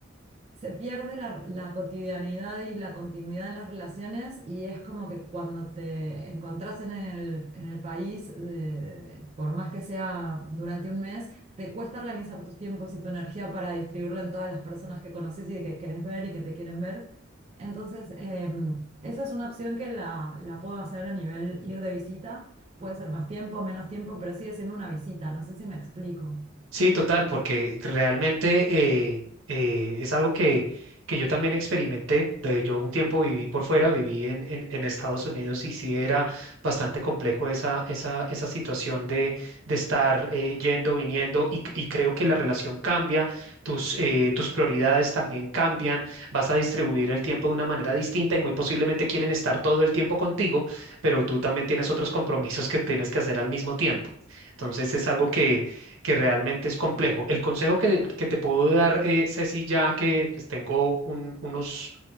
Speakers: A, on the right (about 30°); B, on the right (about 75°).
A: se pierde la, la cotidianeidad y la continuidad en las relaciones y es como que cuando te encontrás en el, en el país, eh, por más que sea durante un mes, te cuesta organizar tus tiempos y tu energía para distribuirlo en todas las personas que conoces y que querés ver y que te quieren ver. Entonces, eh, esa es una opción que la, la puedo hacer a nivel ir de visita. Puede ser más tiempo, menos tiempo, pero sigue siendo una visita. No sé si me explico.
B: Sí, total, porque realmente eh, eh, es algo que, que yo también experimenté. De, yo un tiempo viví por fuera, viví en, en, en Estados Unidos y sí era bastante complejo esa, esa, esa situación de, de estar eh, yendo, viniendo y, y creo que la relación cambia, tus, eh, tus prioridades también cambian, vas a distribuir el tiempo de una manera distinta y muy posiblemente quieren estar todo el tiempo contigo, pero tú también tienes otros compromisos que tienes que hacer al mismo tiempo. Entonces es algo que que realmente es complejo. El consejo que, que te puedo dar, eh, Ceci, ya que pues, tengo un- unos